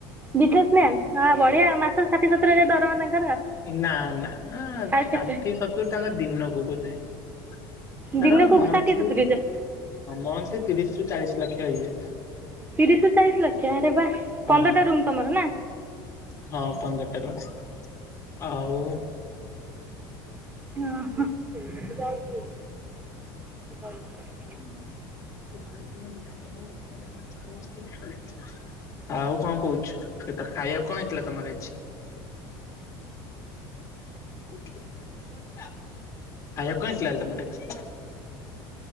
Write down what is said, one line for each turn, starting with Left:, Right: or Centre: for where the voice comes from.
Right: Businessman. ବଢିଆ ମାସରେ ଷାଠି ସତୁରୀ ହଜାର ଦରମା ତାଙ୍କର ଆଉ।
Left: ନା ନା ଆଁ
Right: ଆଉ
Left: ଷାଠିଏ
Right: କେତେ
Left: ସତୁୁରୀ ତାଙ୍କ ଦିନକୁ ବୋଧେ। ତାର
Right: ଦିନକୁ
Left: ମନ୍ଥଲି
Right: ଷାଠିଏ ସତୁରି ହଜାର।
Left: ମନ୍ଥଲି ତିରିଶ ରୁ ଚାଳିଶ ଲକ୍ଷ ହେଇଯାଏ।
Right: ତିରିଶ ରୁ ଚାଳିଶ ଲକ୍ଷ ଆରେ ବା
Left: ହଁ
Right: ପନ୍ଦରଟା ରୁମ୍ ତମର ନା।
Left: ହଁ ପନ୍ଦରଟା ରୁମ। ଆଉ
Right: ଅ ହଁ ସେ ଯାଉଚି। କଲ କରିଚ।
Left: <unintelligible> ଆଉ କଣ କହୁଚୁ? ସେ ତ ଖାଇବା କଣ ହେଇଥିଲା ତମର ଆଜି? ଖାଇବାକୁ କଣ ହେଇଥିଲା ତମର ଆଜି?